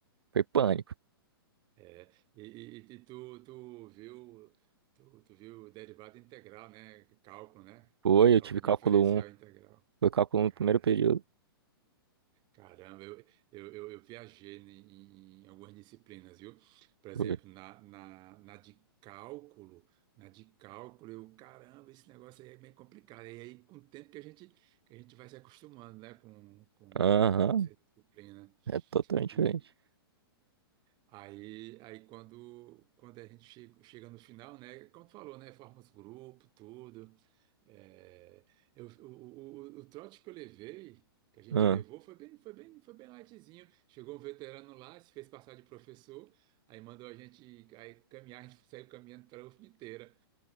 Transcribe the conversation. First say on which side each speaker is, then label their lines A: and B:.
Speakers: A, on the right; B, on the right.
A: foi pânico.
B: É, e, e- e tu, tu viu, tu, tu viu derivada integral, né? Cálculo, né?
A: Foi,
B: Cálculo
A: eu tive
B: diferencial
A: cálculo um
B: integral.
A: foi cálculo 1
B: Cara,
A: no primeiro período.
B: caramba, eu, eu, eu, eu viajei em, em algumas disciplinas, viu? Por exemplo,
A: Foi.
B: na, na, na de cálculo, na de cálculo, eu, caramba, esse negócio aí é bem complicado. E aí, com o tempo que a gente, que a gente vai se acostumando, né? Com, com
A: Aham,
B: essa disciplina.
A: é totalmente
B: e
A: diferente.
B: Aí, aí quando, quando a gente chega, chega no final, né? Como tu falou, né? Forma os grupo, tudo. É, eu, o, o, o o trote que eu levei, que a gente
A: Ah,
B: levou, foi bem, foi bem, foi bem lightzinho. Chegou um veterano lá, se fez passar de professor, aí mandou a gente aí, caminhar, a gente saiu caminhando para a UFM inteira.